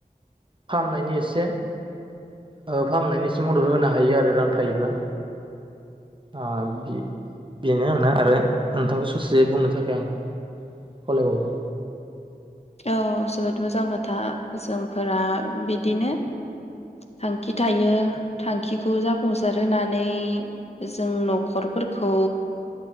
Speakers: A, on the right; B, on the left.
A: फाहामनायनि एसे फाहामनायनि एसे मदद होनो हायो आरो रां थायोब्ला आ बि बेनो आरोना आरो नोंथांखौ ससे बुंनो थाखाय आं खावलायबावबाय
B: औ जोबोद मोजां खोथा जोंफोरा बिदिनो थांखि थायो थांखिखौ जाफुंसार होनानै जों न'खरफोरखौ